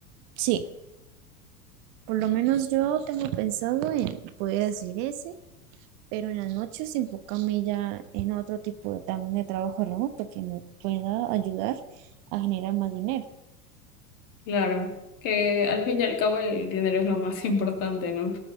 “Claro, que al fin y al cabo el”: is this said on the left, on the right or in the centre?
Left